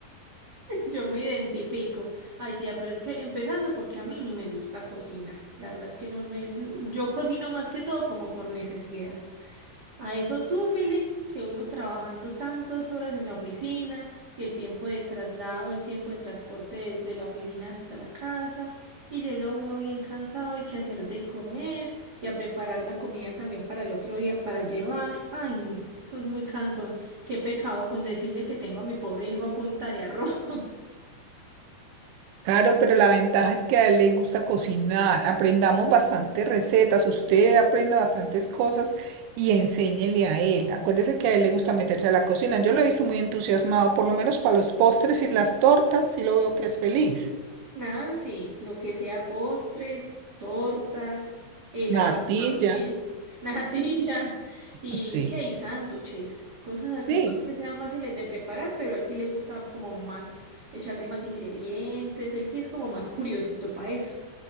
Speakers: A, on the right; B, on the right.
A: Yo me identifico. Ay, tía, pero es que empezando porque a mí ni me gusta cocinar. La verdad es que no me... Yo cocino más que todo como por necesidad. A eso súmele que uno trabajando tantas horas en la oficina y el tiempo de traslado, el tiempo de transporte desde la oficina hasta la casa y llega uno bien cansado y que hacer de comer y a preparar la comida también para el otro día para llevar. Ay, no, eso es muy cansón. Qué pecado con decirle que tengo a mi pobre hijo a punta de arroz. <laughs>
B: Claro, pero la ventaja es que a él le gusta cocinar. Aprendamos bastantes recetas. Usted aprenda bastantes cosas y enséñele a él. Acuérdese que a él le gusta meterse a la cocina. Yo lo he visto muy entusiasmado, por lo menos para los postres y las tortas, sí lo veo que es feliz.
A: Nancy, lo que sea postres, tortas, helados
B: Natilla,
A: también, <laughs> natilla
B: <laughs>
A: y
B: sí,
A: qué y sándwiches, cosas así
B: sí.
A: pues que sean fáciles de preparar, pero a él sí le gusta como más echarle más ingredientes, él sí es como más curiosito para eso.